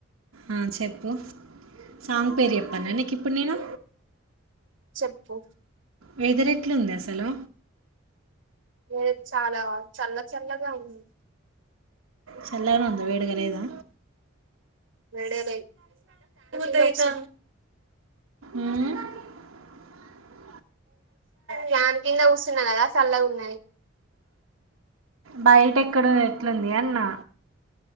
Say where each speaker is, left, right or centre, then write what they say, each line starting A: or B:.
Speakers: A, on the right; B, on the right.
A: అహ్ చెప్పు సాంగ్ పేరు చెప్పాన నీకు ఇప్పుడు నేను
B: చెప్పు
A: వెదర్ ఎట్లుంది అసలు
B: నేను చాలా చల్ల చల్లగా ఉంది
A: చల్లగానే ఉందా వేడిగా లేదా
B: వేడిగా లేదు
A: మ్మ్. <inaudible>
B: ఫ్యాన్ కింద కూసున్న కదా సల్లగా ఉన్నది
A: బయట ఎక్కడ ఎట్లుంది అన్నా